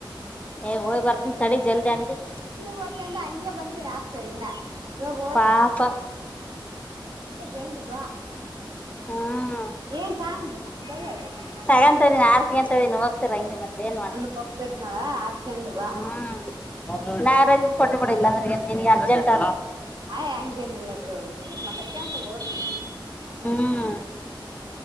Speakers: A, on the left; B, on the right.
A: ಏ ಹೋಯ್ ಬರ್ತನ ತಡಿ ಜಲ್ದಿ ಅ.
B: ಹಓ್ತ ಅಂತ ಹಂಗೆ ಬಂದೇಿ ಆಾಸ್ತ ಇವಾಗ ಹದ.
A: ಆಪ.
B: <unintelligible> ಜಲ್ದ್ ಬಾ
A: ಹ್ಮ್
B: ಏನ್ <unintelligible>
A: ತಗಂತಾಯಿದಿನಿ ಆರತಿ ಹಂತಾವ ಇನ್ ಹೋಗ್ತಿರಂಗೆ ಮತ್ತೇನ್ ಮಾಡುದು
B: ಹೋಗ್ತೀರ್ತನಾ ಆರ್ಸ್ಡೆಂಡ ಬಾ
A: ಹ್ಮ್ ಮ್ಯಾರೇಜನ್ ಕೊಟ್ ಬಿಡ ಇಲ್ಲಂದ್ರ ನಿನಗ ಅರ್ಜೆಂಟ್ ಆದ್ರ
B: ಆಯ್ ಹಂಗೆನಿಲ್ಲ ಬಿಡು <unintelligible> ಮಾತಾಡ್ಕೆಂತ ಓತ್ನಿ
A: ಹ್ಮೂ.